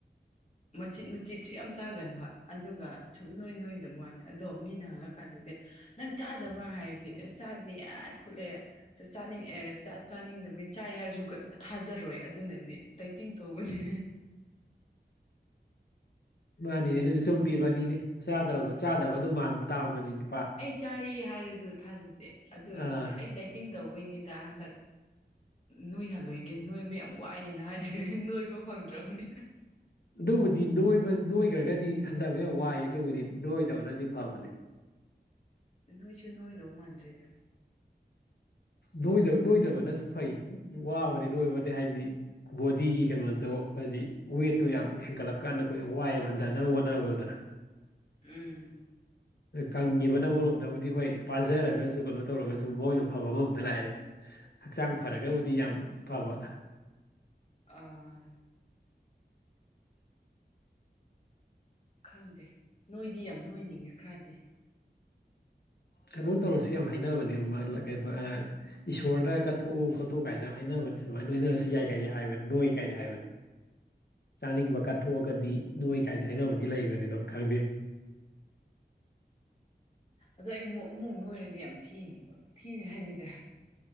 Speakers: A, on the left; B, on the left.
A: ꯃꯆꯤꯠ ꯃꯆꯤꯠꯁꯨ ꯌꯥꯝ ꯆꯥꯒꯟꯕ, ꯑꯗꯨꯒ ꯁꯨꯞ ꯅꯣꯏ ꯅꯣꯏꯗꯕ ꯋꯥꯅꯤ ꯑꯗꯣ ꯃꯤꯅ ꯍꯜꯂꯛ ꯀꯥꯟꯗꯗꯤ ꯅꯪ ꯆꯥꯗꯕ꯭ꯔꯥ ꯍꯥꯏꯔꯗꯤ ꯑꯁ ꯆꯥꯗꯦ ꯌꯥ ꯈꯜꯂꯦ ꯆꯥꯆꯥꯅꯤ ꯑꯦ ꯆꯥꯛ ꯆꯥꯅꯤꯡꯗꯕꯒꯤ ꯆꯥꯏ ꯍꯥꯏꯔꯁꯨ ꯀꯥ ꯊꯥꯖꯔꯣꯏ ꯑꯗꯨꯅꯗꯤ ꯗꯥꯏꯇꯤꯡ ꯇꯧꯕꯅꯦ
B: ꯃꯥꯅꯤꯅꯦ ꯑꯗꯨꯁꯨ ꯆꯨꯝꯃꯤꯕꯅꯤꯅꯦ ꯆꯗ꯭ꯔꯕ ꯆꯥꯗꯕ ꯑꯗꯨꯝ ꯃꯟꯇꯥꯕꯅꯤꯅꯦ꯫
A: ꯑꯩ ꯆꯥꯌꯦ ꯍꯥꯏꯌꯦ ꯗꯨ ꯊꯥꯖ ꯑꯗꯨ ꯑꯣꯏꯔꯗꯤ
B: ꯑꯥ
A: ꯑꯩ ꯗꯥꯏꯇꯤꯡ ꯇꯧ ꯃꯣꯏꯅꯤꯗ ꯍꯟꯗꯛ ꯅꯣꯏ ꯍꯜꯂꯣꯏ ꯒꯤ ꯅꯣꯏꯕ ꯌꯥꯝ ꯋꯥꯏꯑꯦꯅ ꯍꯥꯏꯅ ꯍꯦ ꯍꯦ ꯅꯣꯏꯕ ꯐꯪꯗ꯭ꯔꯕꯅꯤꯅ
B: ꯑꯗꯨꯕꯨꯗꯤ ꯅꯣꯏꯕ ꯅꯣꯏꯈ꯭ꯔꯒꯗꯤ ꯍꯟꯊꯕ ꯌꯥꯝ ꯋꯥꯏꯌꯦ꯫ ꯑꯗꯨꯕꯨꯗꯤ ꯅꯣꯏꯗꯕꯅꯗꯤ ꯐꯕꯅꯦ꯫
A: ꯅꯣꯏꯁꯨ ꯅꯣꯏꯗꯧ ꯃꯥꯟꯗ꯭ꯔꯦꯗ꯫
B: ꯅꯣꯏꯗꯕ ꯅꯣꯏꯗꯕꯅꯁꯨ ꯐꯩ ꯋꯥꯕꯅꯤ ꯅꯣꯏꯕꯗꯤ ꯍꯥꯏꯗꯤ ꯕꯣꯗꯤꯒꯤ ꯀꯩꯅꯣꯗꯣ ꯍꯥꯏꯗꯤ ꯋꯦꯠꯇꯣ ꯌꯥꯝ ꯍꯦꯟꯒꯠꯂꯛꯀꯥꯟꯗ ꯈꯣꯏꯌꯝ ꯋꯥꯏꯑꯦꯕ ꯍꯟꯊꯅꯕ ꯍꯣꯠꯅꯕꯗ꯫
A: ꯎꯝ
B: ꯀꯪꯈꯤꯕꯅ ꯑꯃꯔꯣꯝꯗꯕꯨꯗꯤ ꯍꯣꯏ ꯄꯥꯖꯔꯒꯁꯨ ꯀꯩꯅꯣ ꯇꯧꯔꯒꯁꯨ ꯃꯣꯏꯅ ꯑꯐꯕ ꯑꯃ ꯑꯝꯗ ꯂꯥꯛꯑꯦ ꯍꯛꯆꯥꯡ ꯐꯔꯒꯕꯨꯗꯤ ꯌꯥꯝ ꯐꯕ
A: ꯑꯥ ꯈꯪꯗꯦ ꯅꯣꯏꯗꯤ ꯌꯥꯝ ꯑꯣꯏꯅꯤꯡꯉꯦ ꯈꯔꯗꯤ
B: ꯀꯩꯅꯣ ꯇꯧꯔꯁꯤ ꯌꯥꯝ ꯍꯥꯏꯅꯕꯅꯦ ꯃꯥꯂꯥ ꯀꯩꯕ, ꯏꯁꯣꯔꯗ ꯀꯠꯊꯣꯛꯎ ꯈꯣꯇꯣꯛꯑꯨ ꯀꯥꯏꯁꯨꯦ ꯌꯥꯝ ꯍꯥꯏꯅꯕꯅꯦ ꯑꯗꯨꯃꯥꯏꯅ ꯅꯣꯏꯅꯔꯁꯨ ꯌꯥꯏ ꯀꯥꯏꯗꯤ ꯍꯥꯏꯕꯅꯤ ꯅꯣꯏ ꯀꯥꯏꯗ ꯍꯥꯏꯕꯅꯤ꯫ ꯆꯥꯅꯤꯡꯕ ꯀꯠꯊꯣꯛꯑꯒꯗꯤ ꯅꯣꯏ ꯀꯥꯏꯗ ꯍꯥꯏꯅꯕꯗꯤ ꯂꯩꯕꯅꯤ ꯑꯗꯨꯝ ꯈꯪꯗꯦ
A: ꯑꯗꯣ ꯑꯩ ꯃꯨꯛ ꯑꯃꯨꯛ ꯅꯣꯏꯔꯗꯤ ꯌꯥꯝ ꯊꯤꯅꯤꯕ ꯊꯤꯅꯤ ꯍꯥꯏꯗꯤꯅꯦ